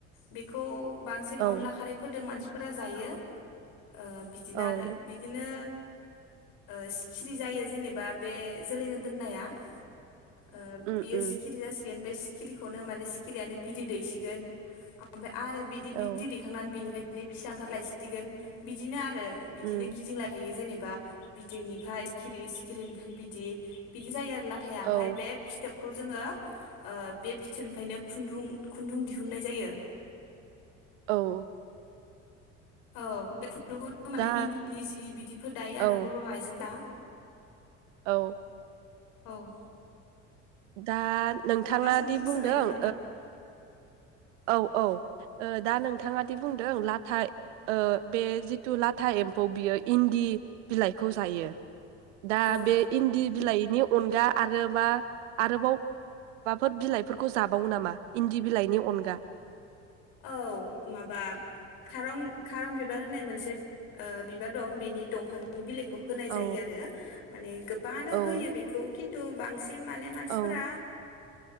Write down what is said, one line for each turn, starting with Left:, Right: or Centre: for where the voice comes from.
Left: बेखौ बांसिन
Right: औ
Left: अनला
Right: औ
Left: खारैफोरदों मानसि फोरा जायो। ओ बिदिनो
Right: औ
Left: आरो बिदिनो ओह सिखिरि जायो जेनेबा बे जोलैनो दोननाया ओ
Right: उम
Left: बियो
Right: उम
Left: सिखिरि जासिगोन बे सिखिरिखौनो माने सिखिरियानो बिदै दैसिगोन ओमफाय आरो बिदि बिदै
Right: औ
Left: दैखांनानै बिनिफाय नो फिसा ओंखारलायसिगोन बिदिनो आ रो बिदिनो
Right: उम
Left: गिदिंला थायो जेने बा बिदैनिफ्राय सिखिरि सिखिरिनिफ्राय बिदि बिदि जायो आरो लाथाया ओमफाय
Right: औ
Left: बे फिथोब खौ जोङो ओ बे भिथोरनिफ्रायनो खुन्दुं खुन्दुं दिहुननाय जायो
Right: द'
Left: औ नंगौनो माने
Right: दा
Left: इन्दिनि जि बिदिफोर दायो
Right: औ
Left: आरो बर' आइजोफ्रा
Right: औ
Left: औ
Right: दात नोंथाङा
Left: माबा सोंथि
Right: दि बुंदों
Left: सोंनायदों
Right: ओम
Left: नामा
Right: औ औ दा ओह नोंथाङा दि बुंदों लाथाय ओह बे जिथु लाथा एम्फौ खौ बियो इन्दि बिलाइखौ जायो दा
Left: औ
Right: बे इन्दि बिलाइ नि अनगा आरो मा आरोबाव माबाफोर बिलाइफोरखौ। जाबावो नामा इन्दि बिलाइनि अनग‌।
Left: औ माबा खारं। खारं बिबार होननाय मोनसे ओ बिबार दं बेनि दंफांनि बिले बेखौ होनाय
Right: औ
Left: जायो आरो माने गोबानो
Right: औ
Left: होयो बेखौ। खिथु बांसिन। बिन माने मानसिफोरा।
Right: औ